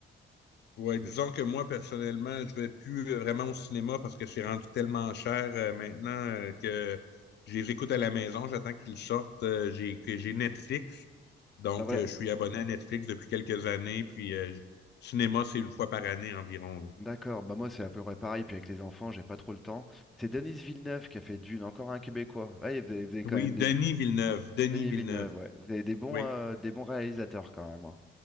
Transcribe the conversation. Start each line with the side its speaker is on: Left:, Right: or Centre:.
Left: Ouais,
Centre: avec-
Left: disons que moi, personnellement, je vais plus euh, vraiment au cinéma parce que c'est rendu tellement cher euh, maintenant euh, que je les écoute à la maison, j'attends qu'ils sortent. euh, j'ai, que j'ai Netflix, donc
Centre: Ah, voilà,
Left: euh, je suis abonné à Netflix depuis quelques années, puis euh, j- cinéma, c'est une fois par année environ.
Centre: D'accord, bah moi c'est à peu près pareil, puis avec les enfants, j'ai pas trop le temps. C'est Denis Villeneuve qui a fait Dune, encore un Québécois. Ouais, vous avez, vous avez quand
Left: Oui,
Centre: même
Left: Denis
Centre: des...
Left: Villeneuve, Denis
Centre: Denis
Left: Villeneuve.
Centre: Villeneuve, ouais. Vous avez des bons,
Left: Oui.
Centre: euh, des bons réalisateurs quand même. hein.